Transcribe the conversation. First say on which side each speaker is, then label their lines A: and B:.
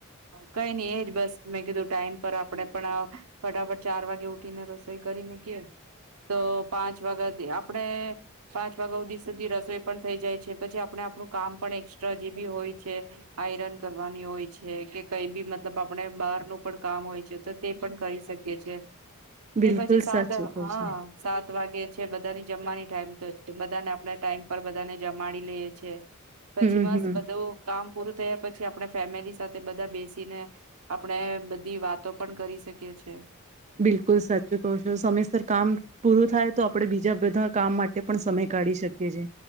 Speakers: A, on the right; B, on the right.
A: કઈ ની એજ બસ મે કીધું ટાઈમ પર આપણે પણ, ફટાફટ ચાર વાગે ઉઠીને રસોઈ કરી નાખીએ, તો પાંચ વાગ્યાથી આપણે પાંચ વાગ્યા સુધી, સુધી રસોઈ પણ થઈ જાય છે. પછી આપણે આપણું કામ પણ એકસ્ટ્રા જે ભી હોય છે. આઈરન કરવાની હોય છે કે, કઈ ભી મતલબ આપણે બાર નુ પણ કામ હોય છે, તો તે પણ કરી શકીએ છે તે
B: બિલકુલ
A: પછી સાત
B: સાચું કહો
A: હા,
B: છો
A: સાત વાગે છે બધાની જમવાની ટાઈમ તો, બધાને આપણે ટાઈમ પર બધાને જમાડી લેએ છે પછી
B: હમ
A: મસ્ત
B: હમ
A: બધું કામ પૂરું પતે પછી, આપણે ફેમિલી સાથે બધા બેસીને આ આપણે બધી વાતો પણ કરી શકીએ છે
B: બિલકુલ સાચું કહો છો. સમયસર કામ પૂરું થાય તો, આપણેે બીજા બધા કામ માટે પણ સમય કાઢી શકીએ છે.